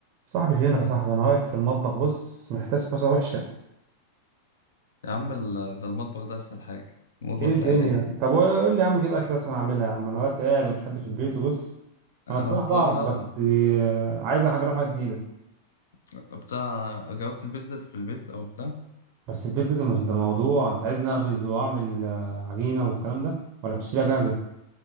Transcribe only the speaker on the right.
صاحبي فينك يا صاحبي انا واقف في المطبخ بص محتاس حوسه وحشه
ايه الدنيا
طب قول لي يا عم كده اكله انا اعملها يا عم انا دلوقتي قاعد ومفيش حد في البيت وبص
انا الصراحه
بعرف بس آه، عايز اجرب حاجه جديده
بس البيتزا ده مش- ده موضوع انت عايز نخبز واعمل آه، عجينه والكلام ده ولا بتشتريها جاهزه